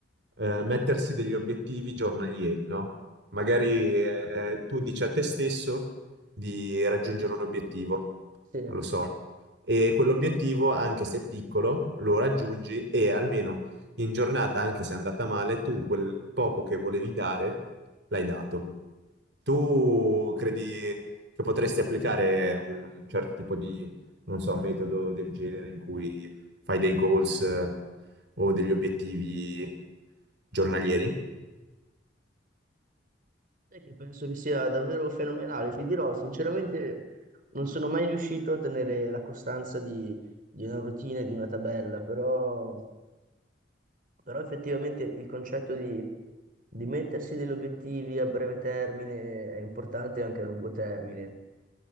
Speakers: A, on the right (about 65°); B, on the right (about 45°).
A: eh, mettersi degli obiettivi giornalieri, no? Magari
B: Obiettivi
A: eh,
B: giornalieri,
A: eh, tu dici
B: dici?
A: a te stesso
B: Eh,
A: di raggiungere un obiettivo,
B: Sì. Eh,
A: non lo so, e quell'obiettivo, anche se è piccolo, lo raggiungi e almeno in giornata, anche se è andata male, tu quel poco che volevi dare l'hai dato. Tu credi che potresti applicare un, un certo tipo di, non so, metodo del genere in cui fai dei goals eh, o degli obiettivi giornalieri?
B: Sai che penso che sia davvero fenomenale, ti dirò, sinceramente non sono mai riuscito a tenere la costanza di, di una routine, di una tabella, però, però effettivamente il concetto di, di mettersi degli obiettivi a breve termine è importante anche a lungo termine.